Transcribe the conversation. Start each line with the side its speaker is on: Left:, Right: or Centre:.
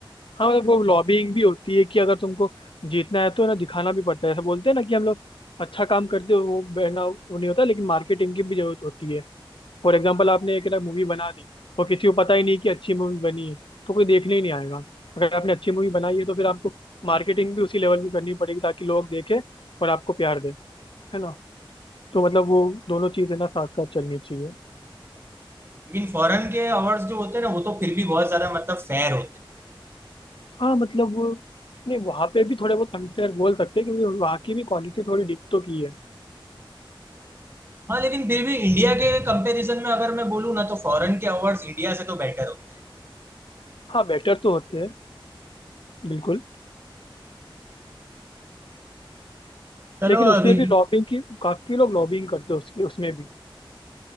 Left: हाँ मतलब वो लॉबिंग भी होती है कि अगर तुमको जीतना है तो ना दिखाना भी पड़ता है ऐसा बोलते हैं ना कि हम लोग अच्छा काम करते हो वो बहना वो नहीं होता लेकिन मार्केटिंग की भी जरूरत होती है फॉर एग्जाम्पल आपने एक ना मूवी बना दी और किसी को पता ही नहीं कि अच्छी मूवी बनी है तो कोई देखने ही नहीं आएगा अगर आपने अच्छी मूवी बनाई है तो फिर आपको मार्केटिंग भी उसी लेवल की करनी पड़ेगी ताकि लोग देखें और आपको प्यार दें है ना तो मतलब वो दोनों चीज़ें ना साथ साथ चलनी चाहिए
Right: लेकिन फॉरेन के अवार्ड्स जो होते हैं ना वो तो फिर भी बहुत ज्यादा मतलब फेयर होते हैं
Left: हाँ मतलब वो- नहीं वहाँ पे भी थोड़े बहुत अनफेयर बोल सकते हैं क्योंकि वहाँ की भी क्वालिटी थोड़ी डिप तो की है
Right: हाँ लेकिन फिर भी इंडिया के कंपैरिजन में अगर मैं बोलूँ ना तो फॉरेन के अवार्ड्स इंडिया से तो बेटर होते हैं
Left: हाँ बेटर तो होते हैं बिल्कुल
Right: चलो
Left: लेकिन उसमें
Right: अभी
Left: भी लॉबिंग की काफी लोग लॉबिंग करते हैं उसकी उसमें भी